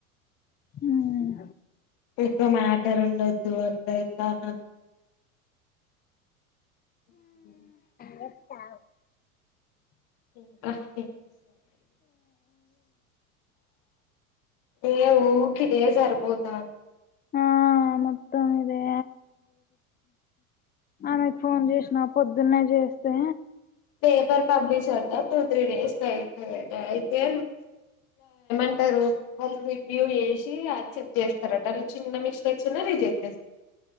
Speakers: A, on the left; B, on the left.
A: ఉమ్
B: క్కువ మాటర్ ఉండొద్దు అట్లా ఇట్లా అనొద్ ఎస్
A: వప్పా
B: ఇంకా ఏం చేస్తుర్ మరి ఏ ఊకిదే సరిపోతాంద్
A: ఆ మొత్తం ఇదే నకు ఫోన్ జెసిన పొద్దున్నే చేస్తే
B: paper publisher two three days అయితదట అయితే ంటారు అది బిబ్యో ఎషీ రిజెక్ట్ చేస్తారట అది చిన్న మిస్టేక్స్ ఉన్న రిజెక్ట్ చే